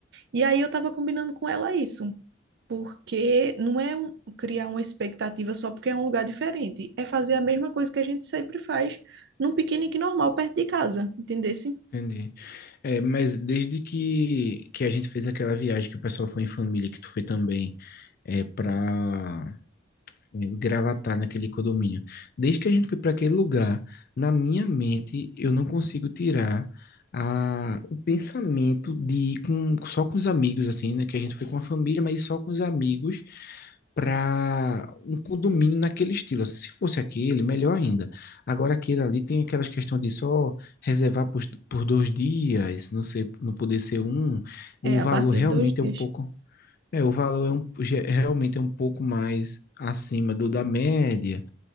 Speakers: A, on the right; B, on the left.
A: e aí eu tava combinando com ela isso, porque não é um- criar uma expectativa só porque é um lugar diferente, é fazer a mesma coisa que a gente sempre faz num piquenique normal perto de casa, entendesse?
B: entendi. É, mas desde que, que a gente fez aquela viagem que o pessoal foi em família, que tu foi também, é, para É, o Gravatar naquele condomínio. Desde que a gente foi para aquele lugar, na minha mente, eu não consigo tirar a, o pensamento de ir com, só com os amigos, assim, né? Que a gente foi com a família, mas só com os amigos para um condomínio naquele estilo. Assim, se fosse aquele, melhor ainda. Agora, aquele ali tem aquelas questões de só reservar por, por dois dias, não sei, não poder ser um. O
A: É, a
B: valor
A: partir
B: realmente
A: de dois dias.
B: é um pouco. É, o valor é um, ge- realmente é um pouco mais acima do da média,